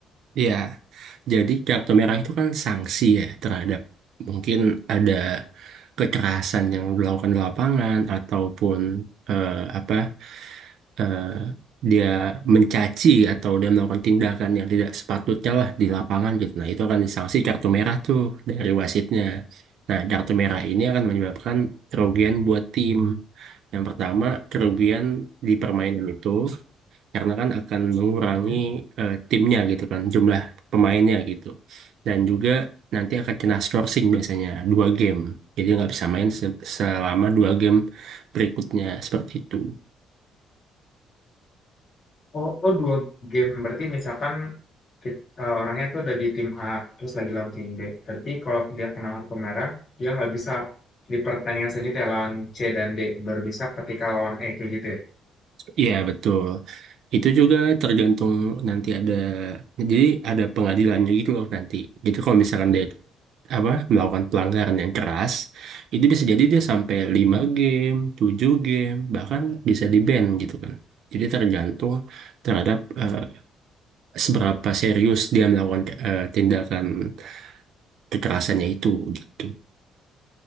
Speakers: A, on the right; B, on the left.
A: Ya, jadi kartu merah itu kan sanksi ya terhadap mungkin ada kekerasan yang dilakukan di lapangan ataupun eh, apa eh, dia mencaci atau dia melakukan tindakan yang tidak sepatutnya lah di lapangan gitu. Nah, itu akan disanksi kartu merah tuh dari wasitnya. Nah, kartu merah ini akan menyebabkan kerugian buat tim. Yang pertama, kerugian di permainan itu karena kan akan mengurangi
B: Mhm.
A: eh, timnya gitu kan, jumlah pemainnya gitu. Dan juga nanti akan kena sourcing biasanya dua game. Jadi nggak bisa main se- selama dua game berikutnya seperti itu.
B: Oh, oh dua game berarti misalkan kit- eh, orangnya tuh ada di tim A terus lagi lawan tim B. Berarti kalau dia kena kartu merah dia nggak bisa di pertandingan selanjutnya lawan C dan D baru bisa ketika lawan E kayak gitu
A: Iya betul. Itu juga tergantung nanti ada jadi ada pengadilannya gitu loh nanti. Jadi kalau misalkan dia apa melakukan pelanggaran yang keras, itu bisa jadi dia sampai lima
B: ya.
A: game, 7 game, bahkan bisa di-ban gitu kan. Jadi tergantung terhadap eh, seberapa serius dia melakukan eh, tindakan kekerasannya itu gitu.